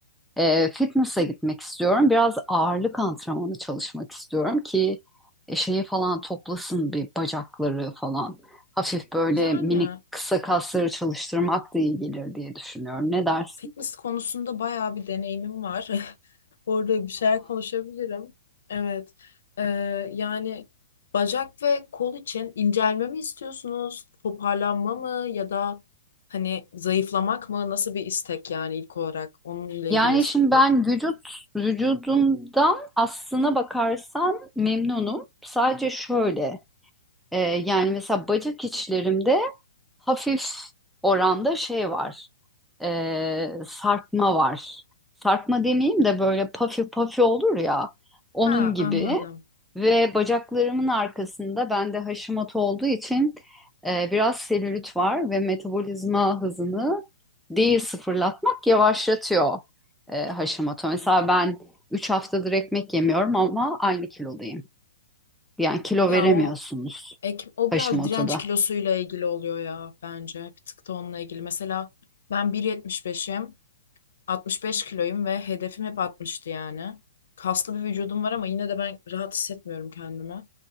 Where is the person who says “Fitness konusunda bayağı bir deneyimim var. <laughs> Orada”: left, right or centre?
Left